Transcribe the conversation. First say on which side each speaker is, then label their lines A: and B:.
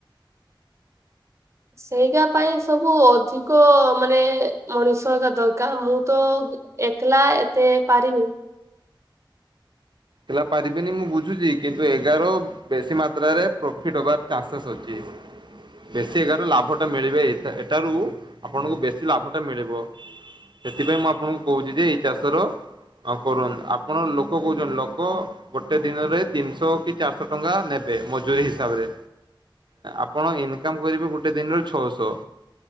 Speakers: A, on the right; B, on the right.
A: ସେଇଟା ପାଇଁ ସବୁ ଅଧିକ ମାନେ ମଣିଷ ଆକା ଦରକାର ମୁଁ ତ ଏକଲା ଏତେ ପାରି
B: ହେଲା ପାରିବେନି ମୁଁ ବୁଝୁଛି କିନ୍ତୁ ଏଗାର ବେଶୀ ମାତ୍ରାରେ ପ୍ରଫିଟ୍ ହବାର ଚାନ୍ସେସ୍ ଅଛି। ବେଶୀ ଏଗାର ଲାଭଟା ମିଳିବେ। ଏଠାରୁ ଆପଣଙ୍କୁ ବେଶୀ ଲାଭଟା ମିଳିବ। ସେଥିପାଇଁ ମୁଁ ଆପଣଙ୍କୁ କହୁଛି ଯେ ଏଇ ଚାଷର କରନ୍ତୁ। ଆପଣ ଲୋକ କହୁଛନ୍ତି? ଲୋକ ଲୋକ ଗୋଟେ ଦିନରେ ତିନିଶହ କି ଚାରିଶହ ଟଙ୍କା ନେବେ। ମଜୁରୀ ହିସାବରେ। ଆପଣ ଇନକମ୍ କରିବେ ଗୋଟେ ଦିନରେ ଛଅ ଶହ।